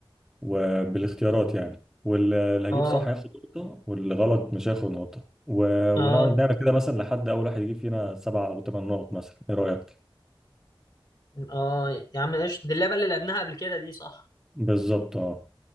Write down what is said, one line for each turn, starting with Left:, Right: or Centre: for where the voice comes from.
Centre: وبالاختيارات يعني واللي هجيب
Left: اه
Centre: صح هياخد نقطه واللي غلط مش هياخد نقطه و- ونقعد
Left: اه
Centre: نعمل كده مثلا لحد اول واحد يجيب فينا سبع او ثمان نقط مثلا ايه رايك
Left: اه يا عم قشطة دي اللعبة اللي لعبناها قبل كده دي صح
Centre: بالظبط اه